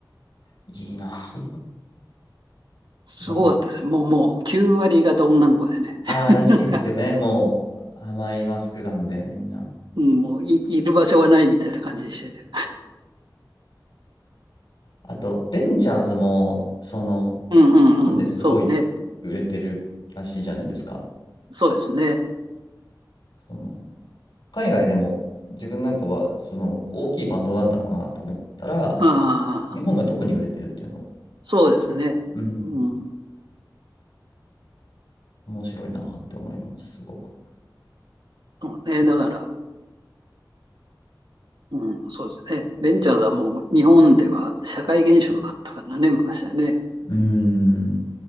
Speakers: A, on the left; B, on the right.
A: いいな。<laughs> 素
B: すごかったですね。
A: 晴らしい。
B: もう、もう9割方女の子でね。
A: ああ、
B: <laughs>
A: らしいですよね。
B: なんか、
A: もう、甘いマスクなんで、みんな。
B: うん、もうい、いる場所がないみたいな感じでして。
A: あと、ベンチャーズも、その、
B: うんうんうん。
A: 日本ですごい売れてるらしいじゃないですか。
B: そうね。そうですね。
A: その、海外でも、自分なんかは、その、大きいバンドなんだろうなと思ったら、
B: ああ、
A: 日本が特に売れてるっていうのを、
B: そうですね。
A: うん、
B: うん。
A: 面白いなって思います、すごく。
B: そうね。だから、うん、そうですね。ベンチャーズはもう日本では社会現象だったからね、昔はね。
A: うん。